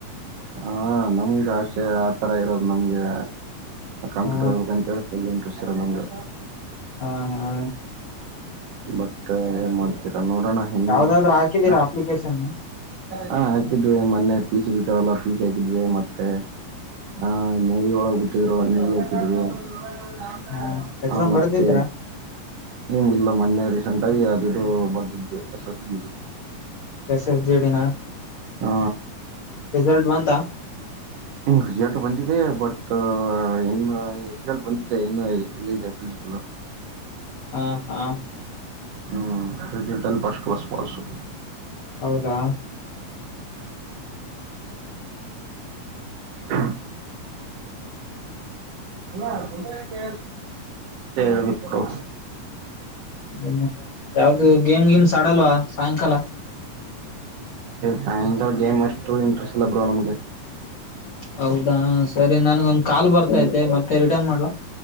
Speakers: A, on the right; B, on the left.
A: ಹ ನಮ್ಗೆ ಆಷೆ ಆತರ ಇರೋದು ನಮ್ಗೆ ಕಾಂಪ್ಲೀಟ್
B: ಹಾ
A: ಹೋಗತ್ತೆ ಹೇಳಿ ಏಳು ಎಂಟು ವರ್ಷ ನಮ್ಗೆ
B: ಹಾ ಹಾ
A: ಬಟ್ ಏನ್ ಮಾಡ್ತೀರಾ ನೋಡೋಣ ಇನ್ನು
B: ಯಾವ್ದಾದ್ರು ಹಾಕಿದೀರಾ
A: ಹ
B: ಅಪ್ಲಿಕೇಶನ್
A: ಹಾ ಹಾಕಿದ್ವಿ ಮೊನ್ನೆ ಪೀಸ ಬಿಟ್ಟವಲ್ಲ ಪೀಸ್ ಹಾಕಿದ್ವಿ ಮತ್ತೆ ಹಾ ನವಿ ಒಳಗ್ ಬಿಟ್ಟಿದ್ರು ನೀ ಹಾಕಿದವಿ <unintelligible>
B: ಹಾ ಎಕ್ಸಾಮ್
A: ಹ ಮತ್ತೆ
B: ಬರ್ದಿದ್ದೀರಾ
A: ನಿಂಗೆ ಇಲ್ಲ ಮೊನ್ನೆ ರೀಸೆಂಟ್ ಆಗಿ ಅದು ಇದು ಬರ್ದಿದ್ವಿ S S G D
B: S S J ಡಿನ
A: ಹ
B: ರಿಸಲ್ಟ್ ಬಂತ
A: ರಿಸಲ್ಟ್ ಬಂದಿದೆ ಬಟ್ ಇನ್ನು ರಿಸಲ್ಟ್ ಬಂದಿದ್ದೆ ಇನ್ನುೂ ಇಲ್ಲಿದೆ ಫಿಸಿಕಲು
B: ಹಾ ಹಾ
A: ಹ್ಮ್ ರಿ ಅಲ್ಲಿ ಪಸ್ಟ್ ಕ್ಲಾಸ್ ಪು
B: ಹೌದಾ
A: <unintelligible> ಮತ್ತೆ ಹೇಳ್ಬೇಕು
B: <unintelligible> ಯಾವ್ದು ಗೇಮ್ ಗಿಮ್ಸ್ ಆಡಲ್ವಾ ಸಾಯಂಕಾಲ
A: ಸಾಯಂಕಾಲ ಗೇಮ್ ಅಷ್ಟು ಇಂಟ್ರೆಸ್ಟ್ ಇಲ್ಲ ಬಿಡುವ ನಮ್ಗೆ
B: ಹೌದಾ ಸರಿ ನನ್ಗ ಒಂದ್ ಕಾಲ್ ಬರ್ತೈತೆ ಮತ್ತೆ ರಿಟರ್ನ್ ಮಾಡ್ಲಾ